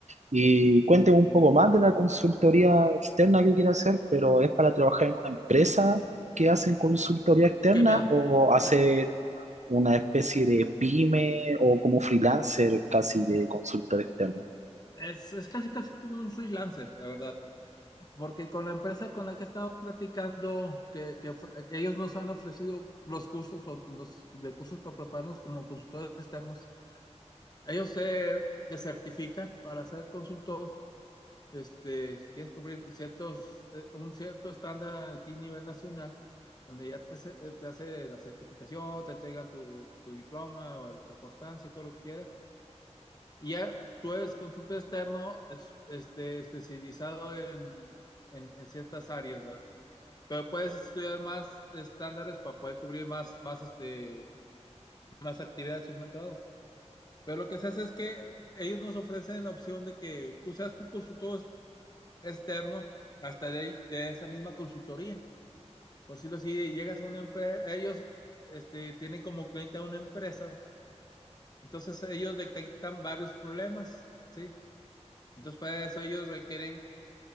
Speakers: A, on the right; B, on the left.
A: Y cuénteme un poco más de la consultoría externa que quiere hacer, pero ¿es para trabajar en una empresa que hacen consultoría externa
B: Ok, mira,
A: o hacer
B: la-
A: una especie de pyme o como freelancer casi de consultor externo?
B: es, es casi casi como un freelancer, la verdad, porque con la empresa con la que he estado platicando, que, que, fue- que ellos nos han ofrecido los cursos o los, de cursos para prepararnos como consultores externos, Ellos se desertifican para ser consultor. Este, tienes que cumplir ciertos, eh, un cierto estándar aquí a nivel nacional, donde ya te, hace- eh, te hace la certificación, te entregan tu, tu diploma o el- la constancia y todo lo que quieras. Y ya tú eres consultor externo es- este, especializado en, en, en ciertas áreas, ¿verdad? Pero puedes estudiar más estándares para poder cubrir más, más, este, más actividades en un momento dado. Pero lo que se hace es que ellos nos ofrecen la opción de que tú seas tu consultor externo hasta de, de esa misma consultoría. Por decirlo así, llegas a una empresa, ellos este, tienen como cliente a una empresa, entonces ellos detectan varios problemas, ¿sí? Entonces para eso ellos requieren